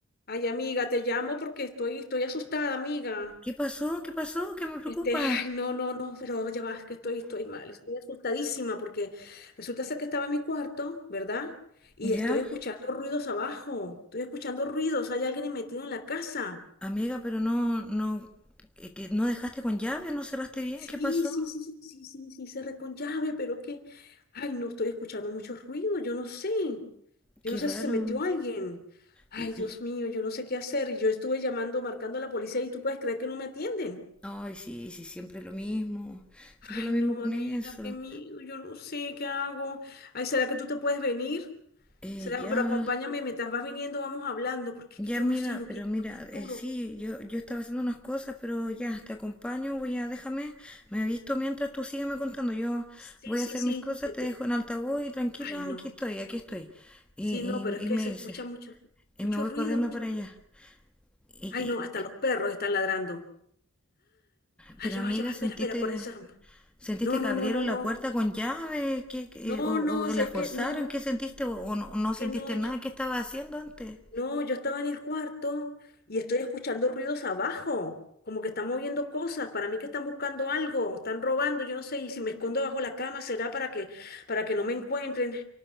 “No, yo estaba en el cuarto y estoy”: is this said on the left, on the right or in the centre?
Left